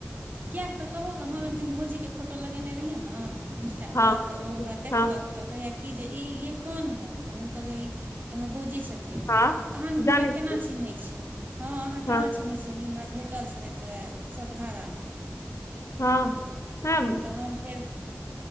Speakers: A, on the right; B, on the left.
A: किएक तऽ कहू हम एक दिन भौजीके फोटो लगेने रहियै न इंस्टापर
B: हँ
A: तऽ ओ हमरा देखलक
B: हँ
A: तऽ कहैए कि जे ई ये कोन हए तऽ हम कहलियै ई हमर भौजी छथिन तहन
B: हँ
A: हुनका
B: जानै छियै
A: केना चिन्है छिअनि हँ अहाँ
B: हँ
A: केना चिन्हैत छियअनि ई हमरा भेटल छलथि सतघारामे
B: हँ हँ
A: तऽ हम फेर